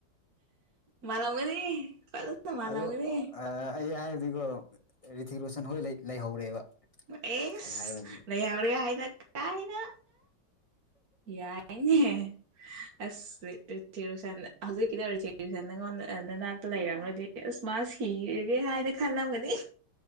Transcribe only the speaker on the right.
ꯃꯥꯂ ꯋꯥꯒꯅꯦꯦ ꯄꯂ ꯃꯥꯂ
ꯋꯥꯒꯔꯦ
ꯑꯦꯁ
ꯂꯩꯍꯔꯦ ꯍꯥꯏꯅ ꯀꯅ ꯌꯥ ꯍ ꯑꯁ ꯊꯤꯔꯨꯁꯟ ꯍꯧꯖꯤꯛꯀꯤꯗꯧꯔꯤ ꯊꯦꯔꯨꯁꯟ ꯅꯪꯉꯣꯟꯗ ꯅꯅꯥꯛꯇ ꯂꯩꯔꯝ꯭ꯔꯗꯤ ꯀꯁꯃ ꯍꯔꯒꯦ ꯍꯥꯏꯅ ꯈꯜꯂꯝꯒꯅꯤ